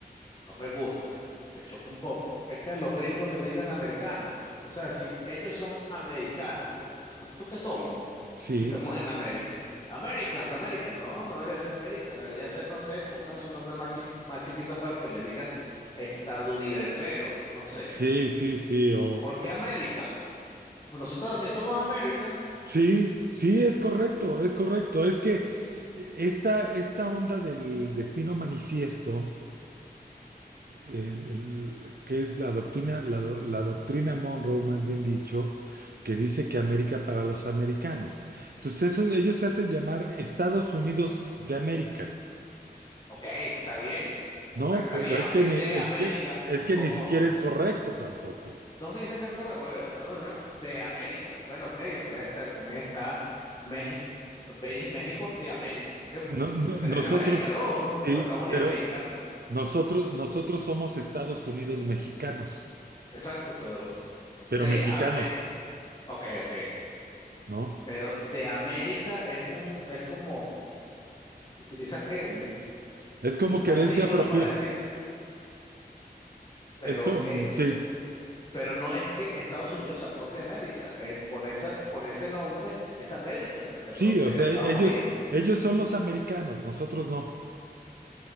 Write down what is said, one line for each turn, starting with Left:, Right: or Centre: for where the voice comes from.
Left: no me gusta, me choca un poco, es que a los gringos le digan americanos. O sea, si ellos son americanos, porque nosotros qué somos?
Right: Sí,
Left: si estamos en América. Americans, Americans, no, no debería ser América, debería ser, no sé, pongan su nombre más, chi- más chiquito para que les digan estadounidenseros, no sé.
Right: sí, sí, sí. O,
Left: ¿Por qué Americans? Pues Nosotros también somos Americans.
Right: Sí, sí, es correcto, es correcto. Es que eh, esta, esta onda del destino manifiesto, en el- que es la doctrina, la, do- la doctrina Monroe, más bien dicho, que dice que América para los americanos. Entonces, eso, ellos se hacen llamar Estados Unidos de América.
Left: Ok, está bien,
Right: No,
Left: está
Right: pues
Left: bien,
Right: es
Left: ok,
Right: que ni,
Left: de
Right: es
Left: América,
Right: que, es que
Left: como
Right: ni siquiera es correcto tampoco.
Left: no se dice que corre, bueno, Estados Unidos, de América. Bueno, ok, puede estar, también está México. Beni- México de América, ¿por qué? Porque
Right: No, no-
Left: pertenece
Right: nosotros,
Left: a América, ¿no? <laughs> O
Right: sí,
Left: Estados Unidos
Right: pero
Left: mexicano.
Right: nosotros, nosotros somos Estados Unidos mexicanos.
Left: Exacto, pero de
Right: pero mexicanos,
Left: América, ok, ok,
Right: ¿no?
Left: pero de América es un, es como, utiliza qué, un,
Right: Es como
Left: de un
Right: quererse
Left: artículo
Right: apropiar,
Left: para decir, pero
Right: es como,
Left: es,
Right: sí,
Left: pero no es que Estados Unidos se apropie de América, eh, con esa, con ese nombre es América que se
Right: sí,
Left: apropia
Right: o sea,
Left: de Estados
Right: ellos,
Left: Unidos.
Right: ellos son los americanos, nosotros no.